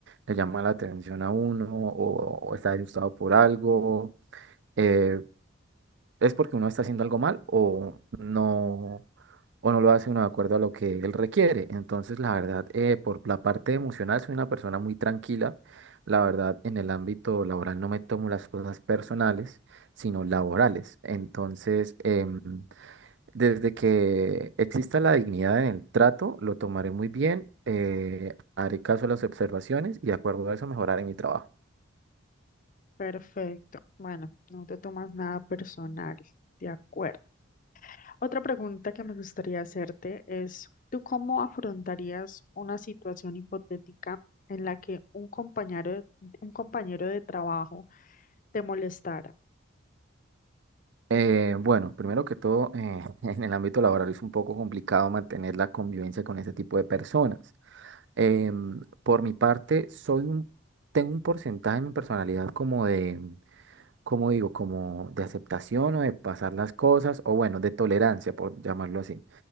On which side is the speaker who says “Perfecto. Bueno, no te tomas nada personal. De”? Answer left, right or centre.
Left